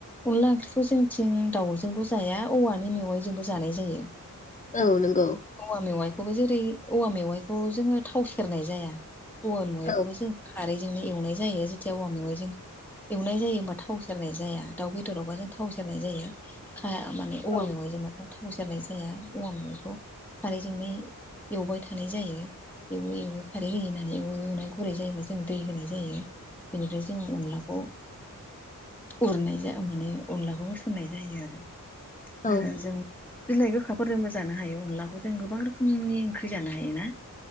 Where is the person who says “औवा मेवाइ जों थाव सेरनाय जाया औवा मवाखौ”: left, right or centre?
Centre